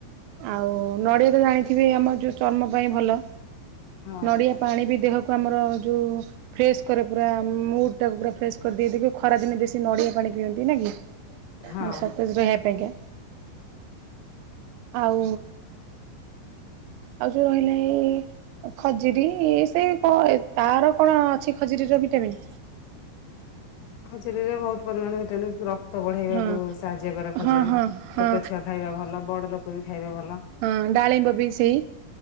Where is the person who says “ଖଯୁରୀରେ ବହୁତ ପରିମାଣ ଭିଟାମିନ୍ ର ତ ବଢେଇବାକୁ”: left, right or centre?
Left